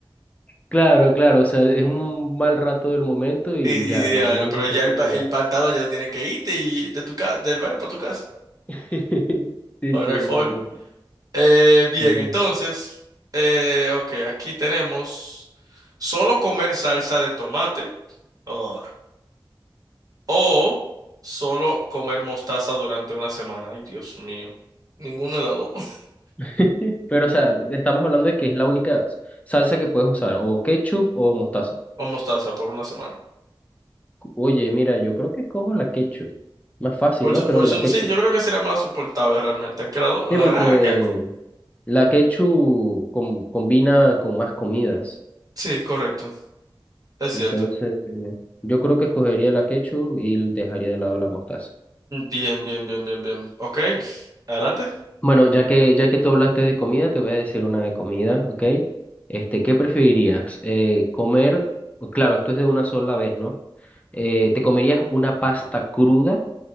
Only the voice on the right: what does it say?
Y, y
Diana,
pero ya
el, pa-
el pantalón ya tiene que irte y de tu casa del baile para tu casa.
Bueno,
no hay
forma. Eh, bien,
entonces, eh, ok, aquí tenemos solo comer salsa de tomate. Oh, O solo comer mostaza durante una semana. Ay, Dios mío. Ninguno de las dos. <laughs>
O mostaza por una semana.
Por,
su-
por su-
sí, yo creo que sería más soportable realmente. Aunque la do-
Ah, qué asco.
Sí, correcto. Es
cierto.
Bien, bien, bien, bien, bien. Ok. Adelante.